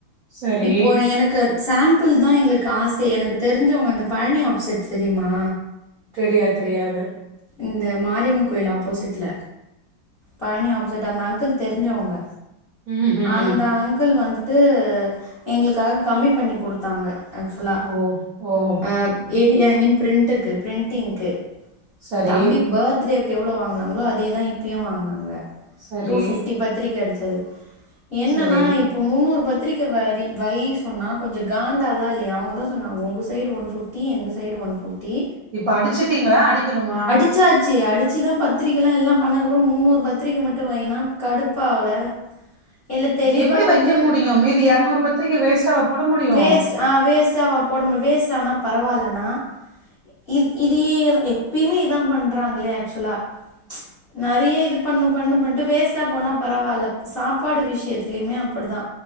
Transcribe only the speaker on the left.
இப்போ எனக்கு சாம்பிள் தா எங்களுக்கு காசே எனக்கு தெரிஞ்சவங்க அந்த பழனி ஆஃப்செட் தெரிமா
இந்த மாரியம்மன் கோயில் ஆப்போசிட்ல பழனி ஆஃப்செட் அந்த அங்கிள் தெரிஞ்சவங்க
அந்த அங்கிள் வந்துட்டு எங்களுக்காக கம்மி பண்ணி குடுத்தாங்க ஆக்சுவலா
ஆ ஏடி ஐ மீன் ப்ரிண்ட்டுக்கு ப்ரிண்ட்ங்க்கு
தம்பி பேர்த்டேக்கு எவ்ளோ வாங்குனாங்ளோ அதே தா இப்பயு வாங்குனாங்க
டூ ஃபிஃப்டி பத்திரிக்க அடிச்சது என்னன்னா
இப்ப முந்நூறு பத்திரிக்க வரி வை சொன்னா கொஞ்ச காண்டாகுதா இல்லயா அவுங்கதா சொன்னாங்க உங்க சைடு ஒன் ஃபிஃப்டி எங்க சைடு ஒன் ஃபிஃப்டி
ச்சாச்சு அடிச்சி தா பத்திரிக்கலா எல்லா பண்ணதுக்கப்புற முந்நூறு பத்திரிக்க மட்டு வை னா கடுப்பாவல இல்ல தெளிவா
வந்து
வேஸ்ட் ஆ வேஸ்ட்டாவா போட மு வேஸ்ட் ஆனா பரவால்லன்னா இத் இது ஏதா எப்பயுமே இதா பண்றாங்ளே ஆக்சுவலா நெறைய இது பண்ணு பண்ணு பண்ணிட்டு வேஸ்ட்டா போனா பரவால்ல சாப்பாடு விஷயத்தலயுமே அப்டிதா